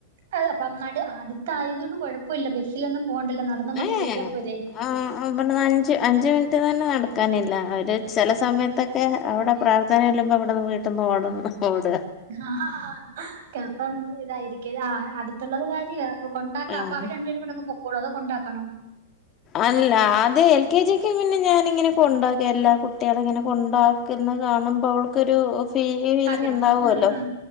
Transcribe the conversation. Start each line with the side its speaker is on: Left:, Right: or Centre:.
Right: അതെ അപ്പം അടുത്തായതുകൊണ്ട് കൊഴപ്പമില്ല ബസ്സിലൊന്നും പോണ്ടല്ലോ നടന്നങ്ങോട്ട്
Left: ഏഹ്
Right: കയറിയാ പോരെ
Left: ആഹ് അഞ്ച് അഞ്ച് മിനിറ്റ് തന്നെ നടക്കാനില്ല അവര് ചില സമയത്തൊക്കെ അവിടെ പ്രാർത്ഥനയല്ലുമ്പോ ഇവിടെന്ന് വീട്ടിൽന്ന് ഓടുന്നു ഓട
Right: ആഹ് കപ്പം ഇതായിരിക്ക ആഹ് അടുത്തുള്ളത് കാര്യ അപ്പൊ കൊണ്ടാക്കാം അപ്പ
Left: ആഹ്
Right: അവരണ്ടേരും കൂടെ അങ്പൊക്കോളൂ അതോ കൊണ്ടാക്കണോ
Left: അല്ല ആദ്യ എൽ കെ ജിക്ക് പിന്നെ ഞാനിങ്ങനെ കൊണ്ടക എല്ലാ കുട്ടികളും ഇങ്ങനെ കൊണ്ട കാണുമ്പോ അവൾക്കരു ഫീലിങ്
Right: ആഗ്രഹം
Left: ഉണ്ടാവുമല്ലോ
Right: ഉം ഉം